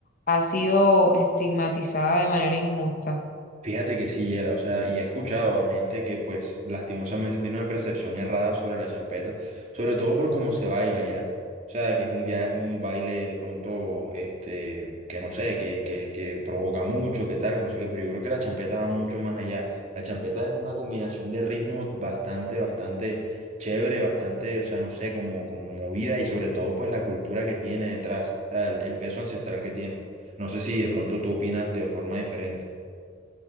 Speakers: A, on the left; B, on the right.
A: ha sido estigmatizada de manera injusta?
B: Fíjate que sí, era, o sea, y he escuchado a gente que pues lastimosamente tiene una percepción errada sobre la champeta, sobre todo por cómo se baila ya. O sea, que es un, via- un baile de pronto, este, que no sé, que, que, que provoca mucho, que tal, que no sé qué, pero yo creo que la champeta va mucho más allá. La champeta es una combinación de ritmos bastante, bastante chévere, bastante, o sea, no sé, como, como movida y sobre todo pues la cultura que tiene detrás, o sea, el el peso ancestral que tiene. No sé si de pronto tú opinas de forma diferente.